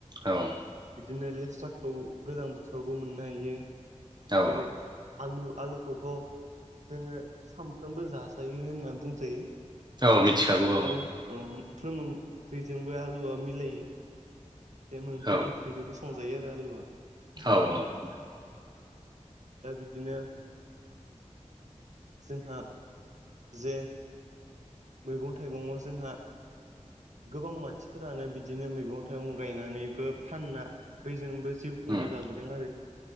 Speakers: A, on the right; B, on the right.
A: औ।
B: बिदिनो लेस्राखौ गोजां बोथोरावबो मोननो हायो
A: औ
B: जेरै आलु आलुखौथ' जोंङो सामफ्रोमबो जाजायो होनना बुंजायो
A: औ मिथिखागौ औ
B: आरो औ मोनफ्रोम ओंख्रिजोंबो आलुआ मिलायो। बे मोनफ्रोम
A: औ
B: ओंख्रिजोंबो संजायो आरो आलुआ।
A: औ औ
B: दा बिदिनो जोंहा जे मैगं थाइगंआव जोंहा गोबां मानसिफोरानो बिदिनो मैगं थाइगं गायनानैबो फानना बैजोंबो जिउ खुंना
A: उम
B: जाबोदों आरो।